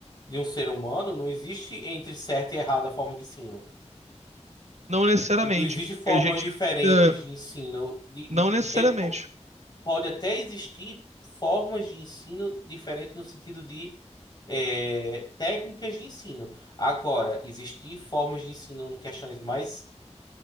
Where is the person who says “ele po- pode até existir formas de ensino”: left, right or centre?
Left